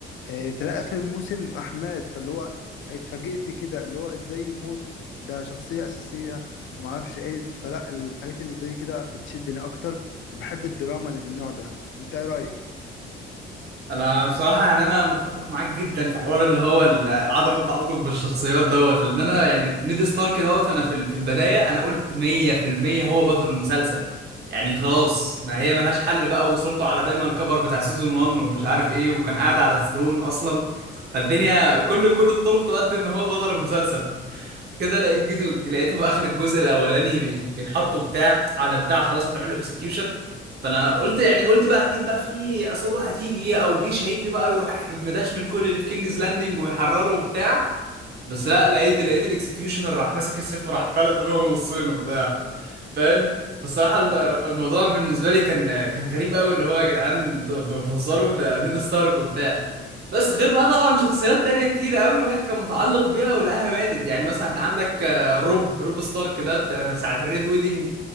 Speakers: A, on the left (about 70°); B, on the right (about 55°).
A: آه، تلاقي آخر الموسم راح مات فاللي هو اتفاجئت كده اللي هو إزاي يموت ده شخصية أساسية ومعرفش إيه فلا الحاجات اللي زي كده بتشدني أكتر وبحب الدراما اللي من النوع ده أنت إيه رأيك؟
B: انا بصراحة يعني انا متفق معاك جدا في حوار اللي هو ال- عدم التعلق بالشخصيات دوت لان انا يعني نيد ستارك دوت انا في ال- في البداية انا قلت 100% هو بطل المسلسل. يعني خلاص ما هي ملهاش حل بقى وصورته على دايما الكفر بتاع سيزون 1 ومش عارف ايه وكان قاعد على الثرون اصلا فالدنيا كل كل الطرق تؤدي ان هو بطل المسلسل كده لقيت جيتو لقيته في اخر الجزء الاولاني بي- بيتحطوا بتاع على بتاع خلاص هتعمل له اكسكيوشن فانا قلت يعني قلت بقى اكيد بقى في عصابه هتيجي او جيش هيجي بقى يروح مداش من كل اللي في كينجز لاندنج ويحرره وبتاع بس
A: مم.
B: لا لقيت لقيت الاكسكيوشن راح ماسك السيف وراح فلق دماغه نصين وبتاع فاهم فالصراحة ال-
A: اه
B: الموضوع بالنسبة لي كان كان غريب قوي اللي هو يا جدعان انتوا انتوا بتهزروا ده نيد ستارك وبتاع بس غير بقى طبعا شخصيات تانية كتير قوي الواحد كان متعلق بيها ولقاها ماتت يعني مثلا انت عندك آه، روب روب ستارك ده بتاع ساعة الريد ويدنج